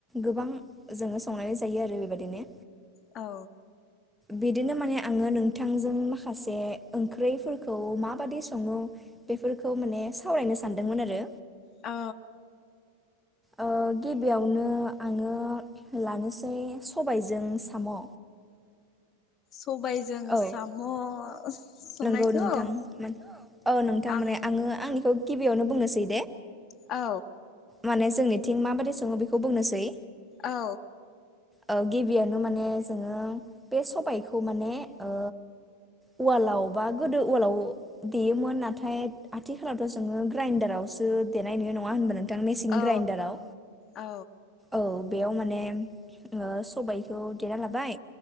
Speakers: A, in the centre; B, on the left.
A: गोबां जोङो संनानै जायो आरो बेबायदिनो
B: औ
A: बिदिनो माने आङो नोंथांजों माखासे ओंख्रै फोरखौ माबादि सङो बेफोरखौ माने सावरायनो सानदोंमोन आरो
B: औ
A: ओ गिबियावनो आङो लानोसै सबायजों साम'
B: सबायाइजों
A: औ
B: साम' संनायखौ
A: नंगौ नोंथां मान औ नोंथां
B: आं
A: माने आङो आंनिखौ गिबियावनो बुंनोसै दे
B: औ
A: माने जोंनिथिं माबादि सङो बेखौ बुंनोसै
B: औ
A: औ गिबियावनो माने जोङो बे सबायखौ माने ओ उवालाव बा गोदो उवालाव देयोमोन नाथाय आथिखालावथ' जोङो ग्राइडारावसो देनाय नुयो नङा होनबा न थां मेसिन
B: औ
A: ग्राइन्दाराव
B: औ
A: औ बेयाव माने ओ सबायखौ देना लाबाय